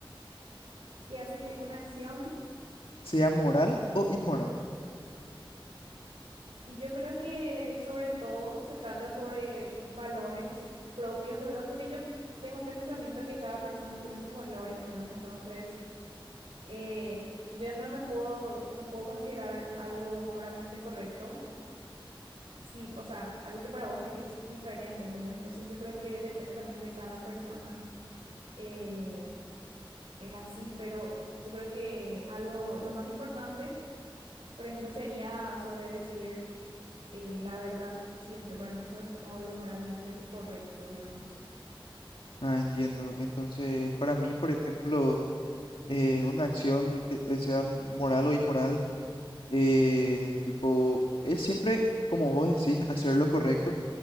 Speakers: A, on the right; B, on the left.
A: que hace que una acción
B: Sea moral o inmoral.
A: Y yo creo que sobre todo se trata sobre valores propios, ¿verdad? Porque yo tengo este pensamiento que cada persona tiene sus valores, ¿verdad? Entonces, eh, yo no me puedo, no puedo considerar algo moralmente correcto, sí, o sea, algo que para vos es diferente, ¿entendés? Entonces, yo creo que depende también de cada persona, eh, es así, pero yo creo que algo, lo más importante, por ejemplo, sería sobre decir eh, la verdad siempre. Para mí eso es como lo moralmente correcto, digamos.
B: Ah, entiendo. Entonces, para mí, por ejemplo, eh, una acción que eh, sea moral o inmoral, eh, tipo, es siempre, como vos decís, hacer lo correcto,